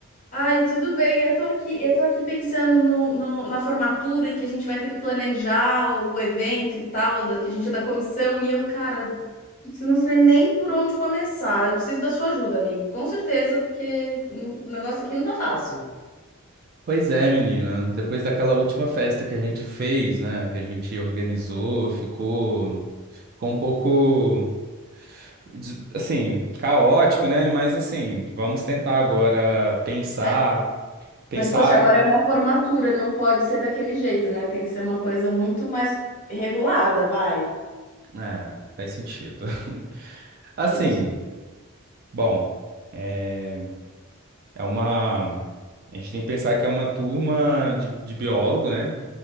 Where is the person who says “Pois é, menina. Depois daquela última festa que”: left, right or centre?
Right